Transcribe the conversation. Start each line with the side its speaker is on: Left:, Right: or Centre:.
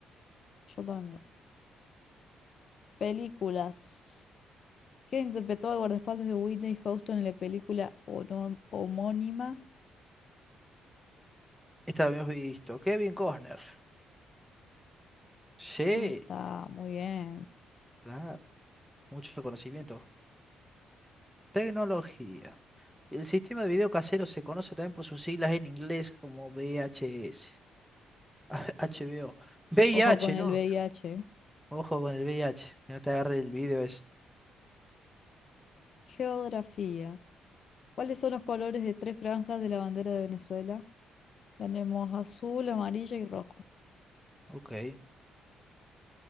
Left: Yo también. Películas. ¿Quién interpretó al guardaespaldas de Whitney Houston en la película ono- homónima?
Centre: Esta la habíamos visto. Kevin Costner. Sí,
Left: Ah, está muy bien.
Centre: claro. Mucho conocimiento. Tecnología. El sistema de video casero se conoce también por sus siglas en inglés como VHS. Ah, HBO. <laughs>
Left: Ojo
Centre: H,
Left: con
Centre: ¿no?
Left: el V I H
Centre: Ojo con el VIH, que no te agarre el video ese.
Left: Geografía. ¿Cuáles son los colores de tres franjas de la bandera de Venezuela? Tenemos azul, amarilla y rojo.
Centre: Ok.